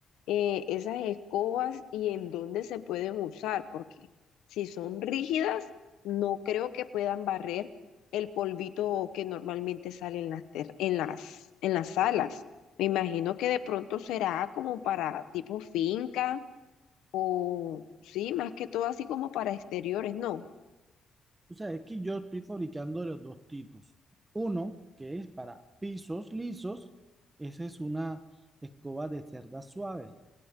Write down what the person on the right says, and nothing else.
O sea, es que yo estoy fabricando de los dos tipos. Uno, que es para pisos lisos, esa es una escoba de cerdas suaves.